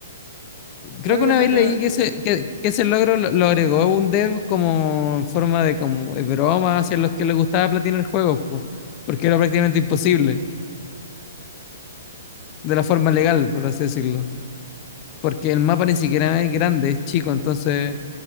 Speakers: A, on the left (about 30°); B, on the right (about 50°).
A: creo
B: Yo creo
A: que
B: que
A: una
B: se
A: vez
B: creó.
A: leí que
B: yo-
A: ese, que, que ese logro lo, lo agregó un dev como en forma de, como de broma hacia los que les gustaba platinar juegos, po, porque era prácticamente imposible, de la forma legal, por así decirlo. Porque el mapa ni siquiera es grande, es chico, entonces